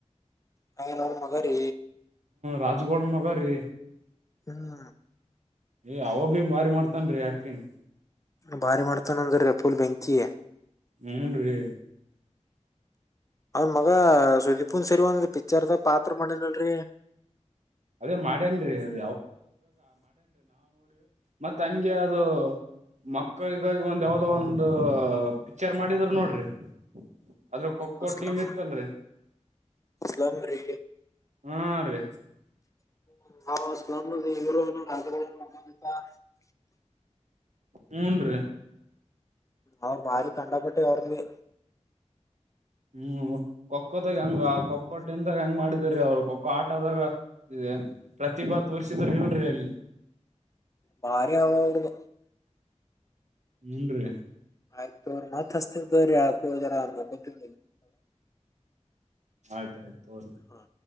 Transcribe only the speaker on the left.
<unintelligible> ಮಗರಿ
ಹ್ಮ್
ಭಾರಿ ಮಾಡ್ತಾನ ಅಂದ್ರರೀ ಪುಲ್ ಬೆಂಕಿ
ಅವ್ರ ಮಗ ಸುದೀಪ್ನು ಸೇರಿ ಒಂದ ಪಿಕ್ಚರ್ದ ಪಾತ್ರ ಮಾಡಿದಲ್ರರಿ
ಸ್ಲಮ್
ಸ್ಲಮ್ ರೀ
<unintelligible>
ಅವರು ಭಾರಿ ಕಂಡಪಟ್ಟೆ ಅವ್ರಿಗೆ
ಹ್ಮ್
ಹ್ಮ್
ಭಾರಿ ಅವ ಹುಡುಗ
ಆಯ್ತು <unintelligible>
ಹಾ.